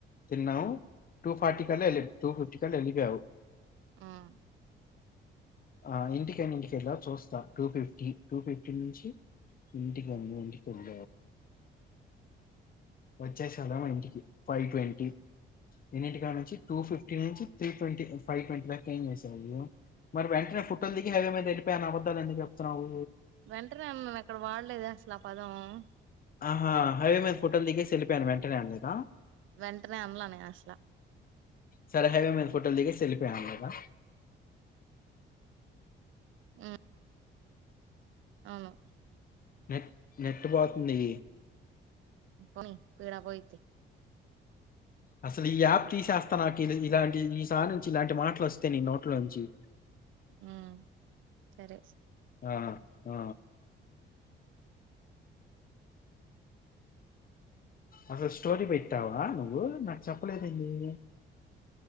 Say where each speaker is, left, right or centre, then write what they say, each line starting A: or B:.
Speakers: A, on the left; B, on the right.
A: తిన్నాము టూ ఫార్టీ కలి ఏలే టూ ఫిఫ్ట్టి కల్లా ఎల్లిపోయవు
B: హ్మ్
A: ఆ ఇంటికి ఎన్నింటికి ఎల్లావ్ చూస్తా టూ ఫిఫ్టీ టూ ఫిఫ్టీ నుంచి ఇంటికి ఎన్నింటికి వెళ్లా వచ్చేసం గా ఇంటికి ఫైవ్ ట్వంటీ ఎన్నిటికానుంచి టూ ఫిఫ్టీ నుంచి three twenty five twenty five ఏం చేసేవ్ నువ్వు మరి వెంటనే ఫుట్టొల్ దిగి హైవే మీద వెళిపోయ అని అబద్ధాలు ఎందుకు చెప్తున్నావు.
B: వెంటనేఅన్నాను అక్కడ వాడలేదే లా పదం
A: ఆహా హైవే మీద ఫోటోలు దిగేసి వెళ్ళిపోయాను వెంటనే అనలేదా
B: వెంటనే అనల నేను అసల
A: సరే హైవే మీద ఫోటోలు దిగేసీ వెళ్ళిపోయాను అనలేదా
B: ఆ అవును
A: నెట్ నెట్ పోతుంది
B: పోనీ పీడా పోయిద్ది.
A: అసలు ఈ యాప్ తీసేస్తా నాకు ఇలాంటి ఈ సారి నుంచి ఇలాంటి మాటలు వస్తా నీ నోట్ల నుంచి
B: ఉం సరే
A: ఆ ఆ అసలు స్టోరీ పెట్టావా నువ్వు నాకు చెప్పలేదు ఏంది